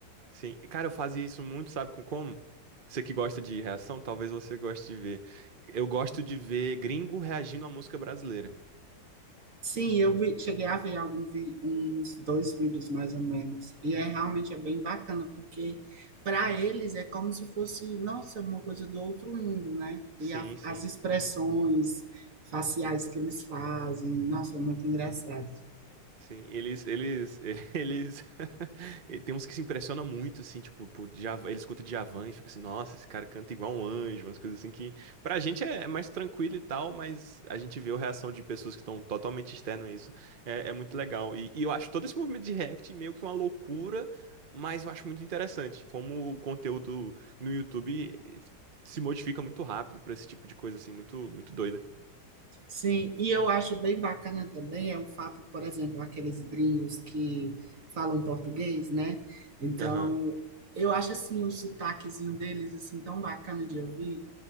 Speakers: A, on the right; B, on the right.
A: Sim, e, cara, eu fazia isso muito, sabe com como? Você que gosta de reação, talvez você goste de ver. Eu gosto de ver gringo reagindo à música brasileira.
B: Sim, eu vi, cheguei a ver algum vi- uns dois vídeos mais ou menos. E é realmente é bem bacana, porque para eles é como se fosse, nossa, uma coisa do outro mundo, né? E
A: Sim,
B: a-
A: sim.
B: as expressões faciais que eles fazem, nossa, é muito engraçado.
A: Sim, eles, eles, <laughs> eles, <laughs> e tem uns que se impressionam muito, assim, tipo, por Djavan, eles escutam Djavan e fica assim, nossa, esse cara canta igual um anjo, umas coisas assim que, pra gente é é mais tranquilo e tal, mas a gente vê a reação de pessoas que estão totalmente externas a isso, é, é muito legal, e, e eu acho todo esse movimento de React meio que uma loucura, mas eu acho muito interessante, como o conteúdo no YouTube eh, se modifica muito rápido pra esse tipo de coisa, assim, muito, muito doida.
B: Sim, e eu acho bem bacana também é o fato, por exemplo, aqueles gringos que falam português, né? Então,
A: Aham,
B: eu acho assim o sotaquezinho deles assim tão bacana de ouvir.